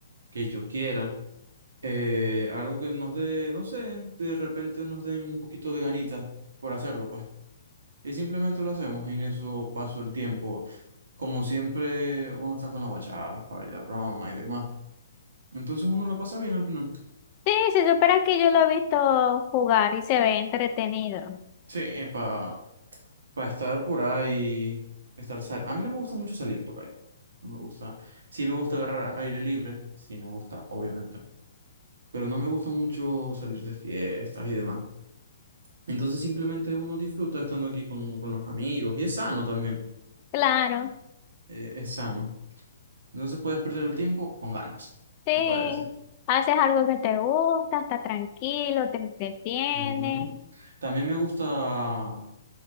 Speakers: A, on the right (about 75°); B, on the left (about 35°).
A: que yo quiera. Eh, algo que nos dé, no sé, de repente nos den un poquito de ganitas por hacerlo, pues. Y simplemente lo hacemos, y en eso paso el tiempo. Como siempre, uno está con la guachafa y la broma y demás. Entonces uno la pasa bien al final.
B: Sí, se supone que yo lo he visto jugar y se ve entretenido.
A: Sí, para estar por ahí, estar sal A mí no me gusta mucho salir por ahí. No me gusta. Sí me gusta agarrar aire libre, sí me gusta, obviamente. Pero no me gusta mucho salir de fiestas y demás. Entonces simplemente uno disfruta estando aquí con, con los amigos y es sano también,
B: Claro.
A: eh, es sano. No se puede perder el tiempo con ganas,
B: Sí,
A: no puede decir.
B: haces algo que te gusta, está tranquilo, te entretiene,
A: Ujú. También me gusta